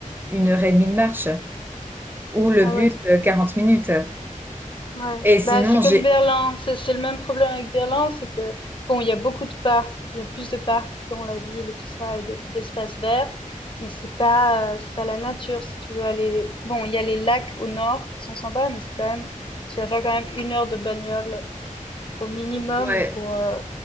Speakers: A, on the right; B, on the left.
A: une heure et demie de marche ou le
B: Ah
A: bus
B: ouais.
A: euh, 40 minutes.
B: Ouais.
A: Et sinon,
B: Bah, c'est comme
A: j'ai...
B: Berlin. C'est c'est le même problème avec Berlin, c'est que bon, il y a beaucoup de parcs, il y a plus de parcs dans la ville et tout ça et de- d'espaces verts, mais c'est pas euh, c'est pas la nature. Si tu veux aller, bon, il y a les lacs au nord qui sont sympas, mais c'est quand même tu vas faire quand même une heure de bagnole au minimum
A: Ouais,
B: pour euh,